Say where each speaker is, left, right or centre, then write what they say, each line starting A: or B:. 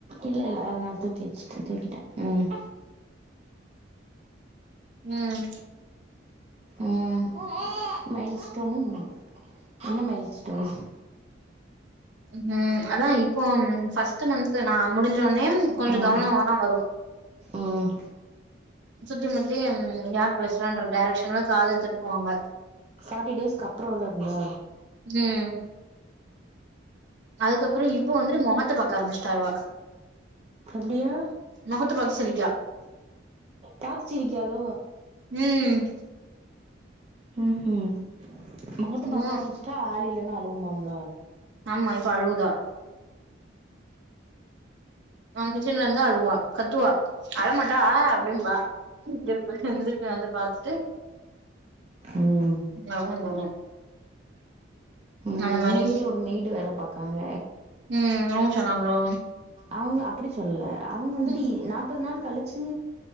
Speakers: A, on the right; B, on the right.
A: இல்ல இல்ல எ தூக்கியாச்சி தூக்கிட்டே ம்
B: ம்
A: ம் மைல் ஸ்டோனு என்ன மைல் ஸ்டோன்ஸ்
B: ம் அதா இப்போ ஃபர்ஸ்ட் மந்த் து நா முடிஞ்சோனே கொஞ்சோ
A: ம்
B: கவனமாதா வரு
A: ம்
B: சுத்தி முத்தி யார் பேசுறான்ற டைரக்ஷன்ல காத திருப்புவாங்க
A: ஃபார்ட்டி டேஸ்க்கு அப்புற உள்ளது இந்த
B: ம் அதுக்கப்புறோ இப்ப வந்துட்டு மொகத்த பாக்க ஆரம்பிச்சட்டா இவ
A: அப்டியா
B: மொகத்தப் பாத்து சிரிக்கா
A: பாத்து சிருக்கிஆலோ
B: ம்
A: ம் ம் மொகத்தை பாக்க
B: மு
A: ஆரம்பிச்சுட்டா ஆள் இல்லன்னா அழுவுபாங்ளோ
B: ஆமா இப்போ அழவுதா நா கிச்சன்ல இருந்தா அழுவா கத்துவா அழமாட்டா ஆ அப்டிம்பா திருப்பு இந்திருப்பு வந்து பாத்துட்டு
A: ம்
B: அவுங்க போவு
A: ம்
B: அந்த மாரி
A: எங்க வீட்ல ஒரு மெய்டு வேல பாக்காங்க
B: ம் அவுங்க சொன்னாங்களோ
A: அவுங்க அப்பிடி சொல்லல அவுங்க வந்துட்டு
B: ம்
A: இ நாப்பது நாள் கழிச்சு